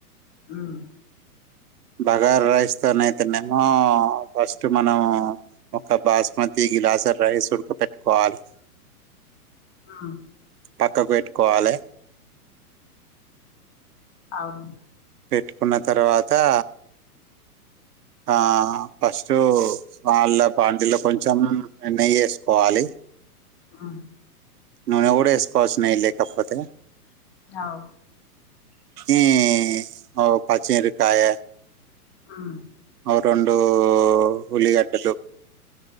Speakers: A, on the left (about 50°); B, on the right (about 80°).
A: హ్మ్
B: బగారా రైస్ తోనైతేనేమో ఫస్ట్ మనం ఒక బాస్మతి గిలసాడ్ రైస్ ఉడకబెట్టుకోవాలి.
A: ఉ
B: పక్కబెట్టుకోవాలె
A: అవును
B: పెట్టుకున్న తర్వాతా ఆ ఫస్టు వాళ్ళ బాందిలో కొంచెం నెయ్యి ఏసుకోవాలె.
A: ఉ
B: నూనె కూడా ఏస్కోవచ్చు. నెయ్యి లేకపోతే
A: అవు
B: ఈ ఒ పచ్చిమిరకాయ
A: ఉ
B: ఒ రెండూ ఉల్లిగడ్డలు